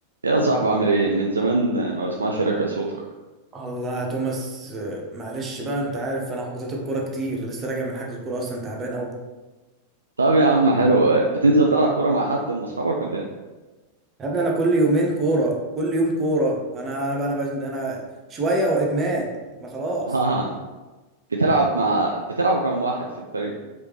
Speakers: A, on the right; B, on the right.
A: يا صاحبي عامل ايه من زمان ما بسمعش ركع صوتك
B: الله يا توماس آه، معلش بقى انت عارف انا حجوزات الكوره كتير لسه راجع من حجز كوره اصلا تعبان قوي
A: طب يا عم حلو بتنزل تلعب كرة مع حد من اصحابك ولا ايه
B: يا ابني انا كل يومين كوره كل يوم كوره انا انا بقى انا, بقى أنا شويه وادمان انا خلاص
A: <laughs> اه بتلعب مع بتلعب كم واحد في الفريق